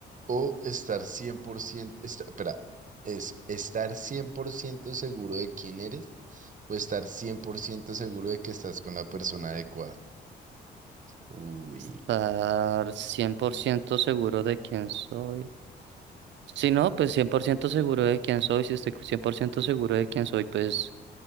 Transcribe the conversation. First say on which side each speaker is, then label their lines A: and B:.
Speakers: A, on the right; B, on the right.
A: o estar 100%, esta- espera, es estar 100% seguro de quién eres o estar 100% seguro de que estás con la persona adecuada? Uy.
B: Estar 100% seguro de quién soy. Si no, pues 100% seguro de quién soy. Si estoy 100% seguro de quién soy, pues